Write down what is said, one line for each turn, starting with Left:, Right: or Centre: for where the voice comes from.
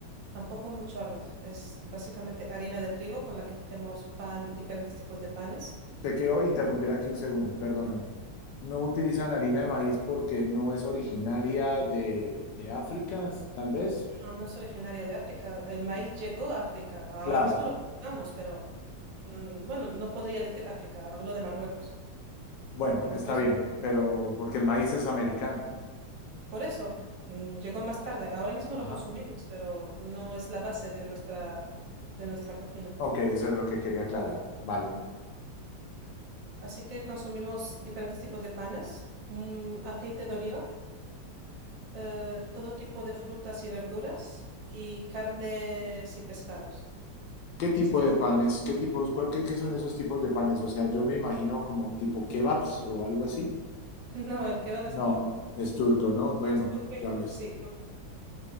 Right: tampoco mucho arroz, es básicamente harina de trigo con la que hacemos pan, diferentes tipos de panes.
Left: te quiero interrumpir aquí un segundo, perdóname. No utilizan harina de maíz porque no es originaria de, de África, tal vez.
Right: No, no es originaria de África, el maíz llegó a África, ahora
Left: Claro.
Right: mismo lo cultivamos, pero mm, bueno, no podría decir África, hablo de Marruecos.
Left: Bueno,
Right: Marruecos
Left: está bien, pero porque el maíz es americano.
Right: Por eso, mm, llegó más tarde. Ahora mismo
Left: Ajá.
Right: lo consumimos, pero no es la base de nuestra, de nuestra cocina.
Left: Ok, eso era lo que quería aclarar. Vale.
Right: Ujú. Así que consumimos diferentes tipos de panes, mm, aceite de oliva, eh, todo tipo de frutas y verduras y carnes y pescados.
Left: ¿Qué tipo
Right: Esa es
Left: de
Right: la...
Left: panes? ¿Qué tipos? cuál- qué, qué son esos tipos de panes? O sea, yo me imagino como tipo kebabs o algo así.
Right: <laughs> No, el kebab
Left: No,
Right: es turco.
Left: es turco, ¿no? Bueno,
Right: Es turco,
Left: ya
Right: y-
Left: ves.
Right: sí, turco.